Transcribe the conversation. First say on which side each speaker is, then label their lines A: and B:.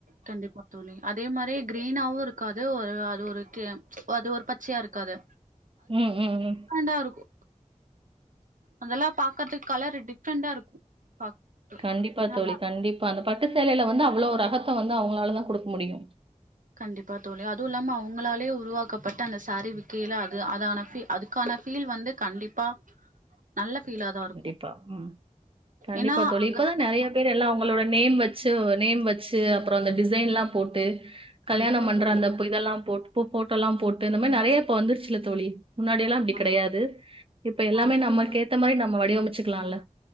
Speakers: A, on the right; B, on the right.
A: கண்டிப்பா அதே மாரி கிரீனாவு இருக்காது ஒரு அது ஒரு கெ அது ஒரு பச்சையா இருக்காது
B: ம் ம் ம்
A: கிராண்டா இருக்கு அதெல்லா பாக்கறதுக்கு கலர் டிஃப்ரெண்டா இருக்கு பாக்க
B: கண்டிப்பா
A: நல்லா
B: தோழி கண்டிப்பா அந்த பட்டு சேலையில வந்து அவ்ளோ ரகத்த வந்து அவுங்களாலதா குடுக்க முடியு
A: கண்டிப்பா தோழி அதுவு இல்லாம அவுங்களாலே உருவாக்கப்பட்ட அந்த சாரீ விக்கில அது அதான ஃபீ அதுக்கான ஃபீல் வந்து கண்டிப்பா நல்ல ஃபீலா தா இருக்கு
B: கண்டிப்பா. ம். கண்டிப்பா
A: ஏனா
B: தோழி.
A: அங்க
B: இப்பதான்
A: வந்து
B: நெறைய பேர் எல்லா உங்களோட நேம் வெச்சு நேம் வெச்சு அப்புறோ அந்த டிசைன்ல்லா போட்டு கல்யாணம்
A: கண்டிப்பா
B: பண்ற
A: தோழி
B: அந்தப் இதெல்லா போட் போட்டோல்லா போட்டு இந்த மாரி நறைய இப்ப வந்துருச்சுல தோழி முன்னாடியெல்லா அப்டி
A: ஆமா
B: கிடையாது
A: தோழி
B: இப்ப எல்லாமே
A: ஆ
B: நம்மக்கேத்த மாரி நம்ம வடிவமைச்சுக்லால்ல